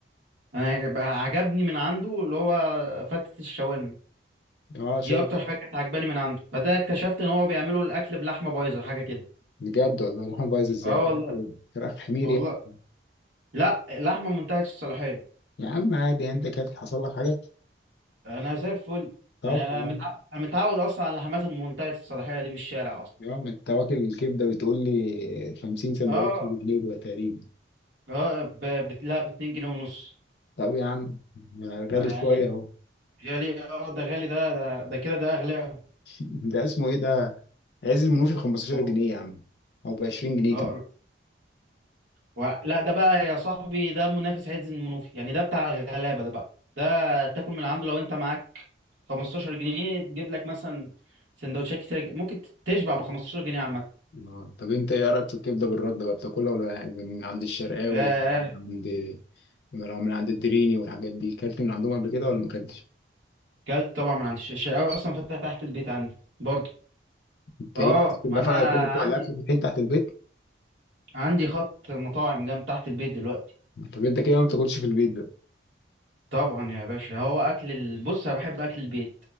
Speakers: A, on the right; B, on the left.
A: انا بقى عجبني من عنده اللي هو فتة الشاورما
B: اه شر
A: دي اكتر حاجه كانت عجباني من عنده فده اكتشفت ان هو بيعملوا الاكل بلحمه بايظه حاجه كده
B: بجد والله روحهم بايظ ازاي
A: اه
B: فراخ
A: والله
B: فراخ حمير
A: والله
B: يعني
A: لا لحمه منتهيه الصلاحيه
B: يا عم عادي يعني انت كانت حصل لك حاجه
A: انا زي الفل
B: طب
A: يعني انا
B: خلاص
A: متع... انا متعود اصلا على اللحمات المنتهيه الصلاحيه دي من الشارع اصلا
B: يا عم انت واكل الكبده بتقول لي 50 سندوتش
A: اه
B: بجنيه ده تقريبا
A: اه ب... بت... لا ب 2 جنيه ونص
B: طب يا عم غالي
A: آه، يعني
B: شويه اهو
A: غالي اه ده غالي ده ده ده كده ده اغلى
B: <laughs> ده اسمه ايه ده عز المنوفي ب 15
A: والله.
B: جنيه يا عم او ب 20 جنيه
A: اه
B: كمان
A: و... لا ده بقى يا صاحبي ده منافس عز المنوفي يعني ده بتاع الغلابه ده بقى ده تاكل من عنده لو انت معاك 15 جنيه تجيب لك مثلا سندوتشات كتير ج- ممكن تشبع ب 15 جنيه عامه
B: اه طب انت ايه رايك في الكبده بالرد بقى بتاكلها ولا من عند الشرقاوي
A: ياه
B: يعني من عند لو من عند الدريني والحاجات دي كلت من عندهم قبل كده ولا ما كلتش؟
A: كلت طبعا من عند الش- الشقاوي اصلا فاتحه تحت البيت عندي برضه
B: انت
A: اه
B: ايه الناس كلها
A: ما انا
B: فعلا كل بتوع
A: عندي
B: الاكل فاتحين تحت البيت
A: عندي خط مطاعم جنب تحت البيت دلوقتي
B: طب انت كده ما بتاكلش في البيت بقى
A: طبعا يا باشا هو اكل ال- بص انا بحب اكل البيت